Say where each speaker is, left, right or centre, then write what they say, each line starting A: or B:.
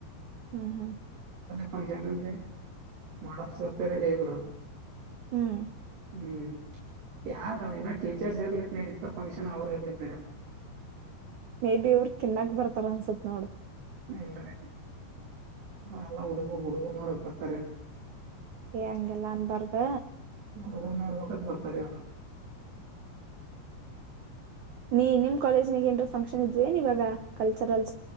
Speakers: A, on the right; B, on the right.
A: ಹ್ಮ್ ಹ್ಮ್
B: <unintelligible> ಮಾಡೆಲ್ಸಗತೇ ರೆಡಿ ಆಗಿಬರುದು
A: ಹ್ಮ್
B: ಹ್ಮ್ ಯಾರ ಇನ ಟೀಚರ್ಸ್ ಇರ್ಲಿಕ್ ನೀಡತ ಫಂಕ್ಷನ್ ಅವ್ರ ಇರ್ಲಿಕ್ ನಡಿಯಲ್
A: ಮೇ ಬಿ ಇವರು ತಿನ್ನಕ್ ಬರ್ತಾರ ಅನ್ಸತ್ ನೋಡ
B: ಇಲ್ರಿ ಎಲ್ಲಾ ಹುಡುಗ ಹುಡುಗರು ನೋಡಕ್ ಬತಾರ್ಲಿ
A: ಏ ಹಂಗಲ್ಲಾ ಅನ್ ಬಾರದ್
B: ಹುಡುಗರ ನ್ ನೋಡ ಬೇಕತ್ ಬರ್ತಾರಿ ಅವರು
A: ನೀ ನಿಮ್ ಕಾಲೇಜ್ ನಗ ಏನ್ರ ಫಂಕ್ಷನ್ ಇದ್ದವ ಏನ್ ಇವಾಗ ಕಲ್ಚರಲ್